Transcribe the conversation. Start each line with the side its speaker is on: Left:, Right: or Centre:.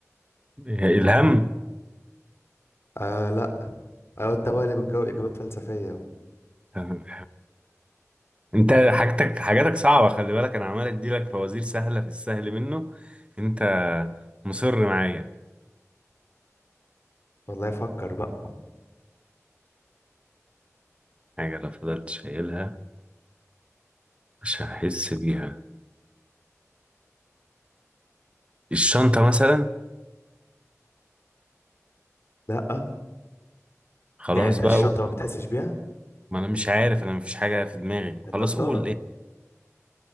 Right: إيه، الهم
Left: آه لا ايوه انت بقى اللي بتجاوب اجابات فلسفية اهو
Right: <laughs> انت حاجتك حاجاتك صعبة خلي بالك انا عمال اديلك فوازير سهلة في السهل منه انت مصر معايا
Left: والله فكر بقى
Right: حاجة لو فضلت شايلها مش هحس بيها الشنطة مثلا
Left: لا
Right: خلاص
Left: يعني انت
Right: بقى
Left: الشنطة
Right: ايوه قول
Left: ما بتحسش بيها
Right: ما انا مش عارف انا مفيش حاجة في دماغي
Left: النضارة
Right: خلاص قول ايه